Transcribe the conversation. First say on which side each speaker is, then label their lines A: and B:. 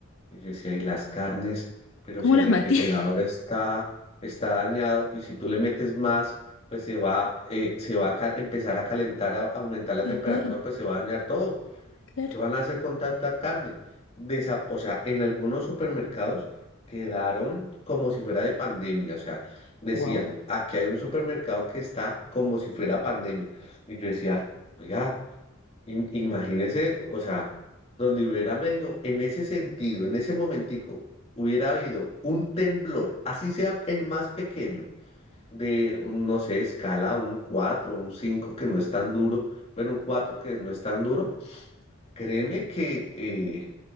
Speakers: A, on the left (about 30°); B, on the left (about 70°).
A: Y yo decía, ¿y las carnes? Pero
B: ¿Cómo
A: si el
B: las
A: refrigerador
B: mantiene? <laughs>
A: está, está dañado y si tú le metes más, pues se va, eh, se va a ca- empezar a calentar, a, a aumentar la temperatura,
B: Claro,
A: pues se va a dañar todo.
B: claro.
A: ¿Qué van a hacer con tanta carne? Desa- o sea, en algunos supermercados quedaron como si fuera de pandemia. O sea, decían,
B: Wow.
A: aquí hay un supermercado que está como si fuera pandemia. Y yo decía, oiga. Im- Imagínese, o sea, donde hubiera medio, en ese sentido, en ese momentico, hubiera habido un temblor, así sea el más pequeño, de, un, no sé, escala, un 4, un 5 que no es tan duro, bueno, un 4 que no es tan duro, créeme que eh,